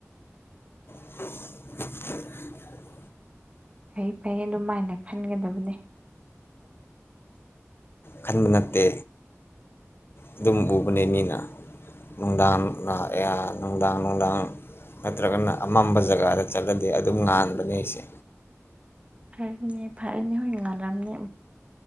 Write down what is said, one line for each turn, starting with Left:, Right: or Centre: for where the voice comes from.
Left: <inaudible>
Right: ꯑꯩ-ꯑꯩ ꯑꯗꯨꯃꯥꯏꯅ ꯈꯟꯒꯗꯕꯅꯤ
Left: ꯈꯟꯕ ꯅꯠꯇꯦ ꯑꯗꯨꯝ ꯎꯕꯅꯦ ꯃꯤꯅ ꯅꯨꯡꯗꯥꯥꯡ ꯅꯨꯡꯗꯥꯡ ꯅꯨꯡꯗꯥꯡ ꯅꯠꯇ꯭ꯔꯒꯅ ꯑꯃꯝꯕ ꯖꯒꯥꯗ ꯆꯠꯂꯗꯤ ꯑꯗꯨꯝ ꯉꯥꯟꯕꯅꯤ ꯑꯩꯁꯦ
Right: ꯐꯔꯦꯅꯦ-ꯐꯔꯦꯅꯦ ꯍꯣꯏ ꯉꯜꯂꯝꯅꯤ